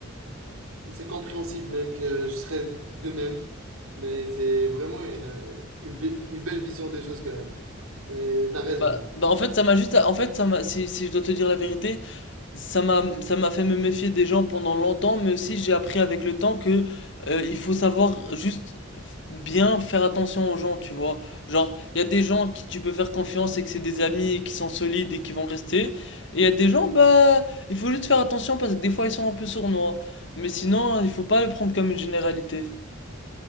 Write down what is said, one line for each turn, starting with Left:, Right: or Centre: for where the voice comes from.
Right: C'est compréhensible, mec. euh, je serais de même. Mais c'est vraiment une, euh, une be- une belle vision des choses quand même. Mais t'as raison.
Left: Bah,
Right: hein.
Left: bah, en fait, ça m'a juste, en fait, ça m'a, si, si je dois te dire la vérité, Ça m'a, ça m'a fait me méfier des gens pendant longtemps, mais aussi j'ai appris avec le temps que euh, il faut savoir juste f- bien faire attention aux gens, tu vois. Genre, il y a des gens qui tu peux faire confiance et que c'est des amis et qui sont solides et qui vont rester. Et il y a des gens, bah, il faut juste faire attention parce que des fois ils sont un peu sournois. Mais sinon, il faut pas le prendre comme une généralité.